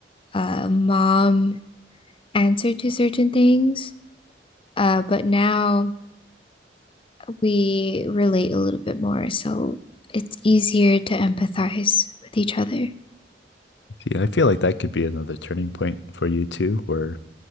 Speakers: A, on the left; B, on the left.
A: uh mom answer to certain things. Uh, but now we relate a little bit more, so it's easier to empathize with each other.
B: Yeah, I feel like that could be another turning point for you too, where